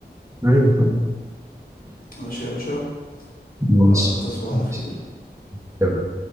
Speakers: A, on the right; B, on the left.
A: أيوة طبعا
B: ماشي يا باشا
A: ماشي
B: يلا تصبح على
A: ماشي.
B: خير
A: تمام.